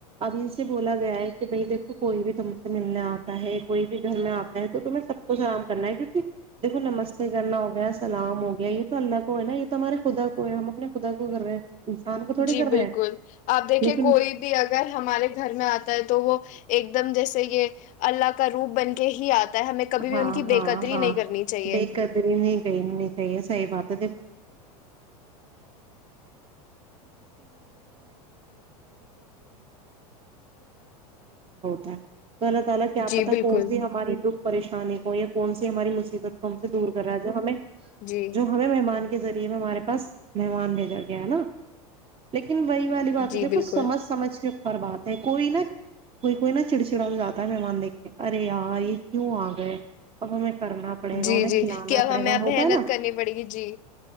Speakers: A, on the right; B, on the left.
A: ابھی سے بولا گیا ہے کہ بھائی دیکھو کوئی بھی تم سے ملنے آتا ہے کوئی بھی گھر میں آتا ہے تو تمہیں سب کو سلام کرنا ہے کیونکہ دیکھو نمستے کرنا ہوگیا سلام ہو گیا یہ تو اللہ کو ہے نا یہ تو ہمارے خدا کو ہے ہم اپنے خدا کو کر رہے ہیں انسان کو تھوڑی
B: جی
A: کر رہے
B: بالکل
A: ہیں
B: آپ دیکھیے
A: لیکن
B: کوئی بھی اگر ہمارے گھر میں آتا ہے تو وہ ایک دم جیسے یہ اللہ کا روپ بن کے ہی آتا ہے ہمیں کبھی بھی
A: ہاں
B: ان کی
A: ہاں
B: بے قدری
A: ہاں
B: نہیں کرنی چاہیے
A: بے قدری نہیں گئی نہیں کہئی ہے سحی بات ہ <inaudible> غلط ہےلہ کیا
B: جی
A: پتا
B: بالکل
A: کون سی ہماری د کو یہ کون سی ہماری مصیبت ہم سے دور کر رہا ہے جو ہمیں
B: جی
A: جو ہمیں مہمان کے ذریعے میں ہمارے پاس مہمان بھیجا گیا نا لیکن لیکن وہی والی باتیںیکھو
B: جی بالکل
A: سمجھ سمجھ کے اور بات ہے کوئی نا کوئی کوئی نا چڑچڑاو جاتا ہے مہمان دیکھ کے ارے یار یہ کیوں آ گئے <unintelligible> اب ہمیں کرنا پڑے گا
B: جی
A: انہیں
B: جی
A: کھلانا
B: کہ اب
A: پڑے
B: ہمیں
A: گا
B: اب
A: ہوتا
B: محنت
A: ہے نا
B: کرنی پڑے گی جی